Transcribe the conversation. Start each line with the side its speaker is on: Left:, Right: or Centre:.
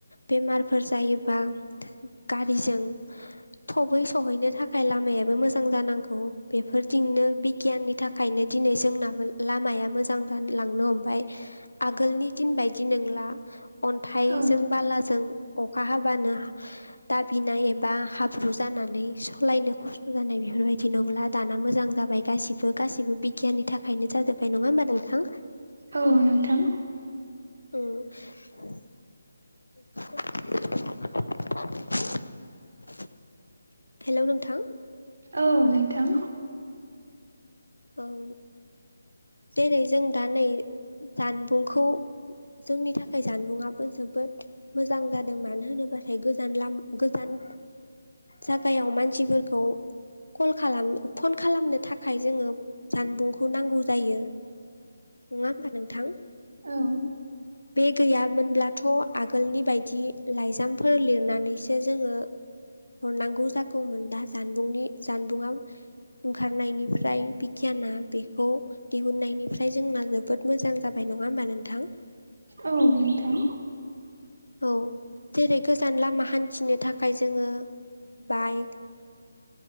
Left: बेमारफोर जायोबा गारिजों थबै सहैनो थाखाय लामायाबो मोजां जानांगौ बेफोर थिंनो बिगियाननि थाखायनो दिनै जोंनाबो लामाया मोजां जालांनो हमबाय आगोलनि दिन बादि नंला अन्थाइ
Right: औ
Left: जों बालाजों अखा हाबानो दाबिनाय एबा हाब्रु जानानै सलायनो खस्थ' जानाय बेफोरबायदि नंला दाना मोजां जाबाय गासिबो गासिबो बिगियाननि थाखायनो जाजोब्बाय नङा होमबा नोंथां?
Right: औ नोंथां।
Left: औ <unintelligible> हेलौ नोंथां?
Right: औ नोंथां
Left: ओं जेरै जों दा नै जानबुंखौ जोंनि थाखाय जानबुंआबो जोबोद मोजां जादों मानो होनो बाथाय गोजान लाम गोजान जागायाव मानसिफोरखौ कल खालाम फन खालामनो थाखाय जोङो जानबुंखौ नांगौ जायो नङा होमबा नोंथां?
Right: औ
Left: बे गैयामोनब्लाथ' आगोलनि बायदि लाइजामफोर लिरनानैसो जोङो हरनांगौ जागौमोन दा जानबुंनि जानबुङाव ओंखारनायनिफ्राय बि गियाना बेखौ दिहुननायनिफ्राय जोंना जोबोद मोजां जाबाय नङा होमबा नोंथां?
Right: औ नोंथां।
Left: औ जेरै गोजान लामा हान्थिनो थाखाय जोङो बाइक